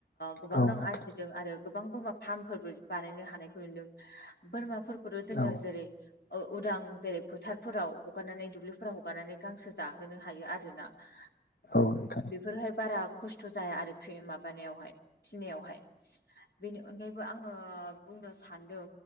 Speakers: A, on the left; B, on the left.
A: गोबां
B: औ
A: रां
B: नोंथां
A: आरजिदों आरो गोबां बोरमा फार्मफोरबो बानायनो हानायखौ नुदों बोरमाफोरखौथ' जोङो
B: औ
A: जेरै उदां जेरै फोथारफोराव हगारनानै दुब्लिफोराव हगारनानै गांसो जाहोनो हायो आरोना <inaudible>
B: औ नोंथां
A: बेफोरहाय बारा खस्थ' जाया आरो माबानायावहाय फिसिनायावहाय <inaudible> बेनि अनगायैबो आङो बुंनो सान्दों